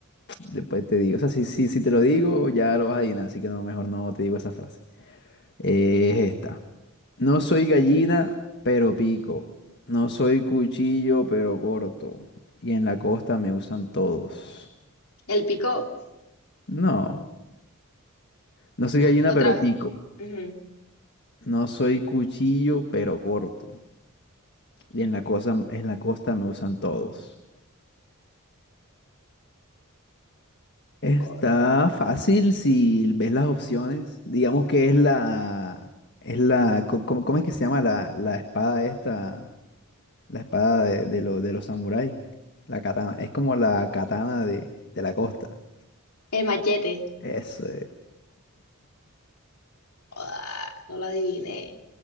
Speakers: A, on the left (about 50°); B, on the left (about 80°).
A: después te digo. O sea, si, si, si te lo digo, ya lo vas a adivinar, así que no, mejor no te digo esa frase. Eh, es esta. No soy gallina, pero pico. No soy cuchillo, pero corto. Y en la costa me usan todos.
B: El pico,
A: No, no soy gallina,
B: otra
A: pero
B: vez.
A: pico.
B: Ujú.
A: No soy cuchillo, pero corto. Y en la cosa, en la costa me usan todos. Está
B: Joda.
A: fácil si ves las opciones. Digamos que es la, es la, co- ¿cómo, cómo es que se llama la, la espada esta? La espada de, de, lo- de los samuráis. La katana. Es como la katana de, de la costa.
B: El machete.
A: Eso.
B: Joda, no lo adiviné.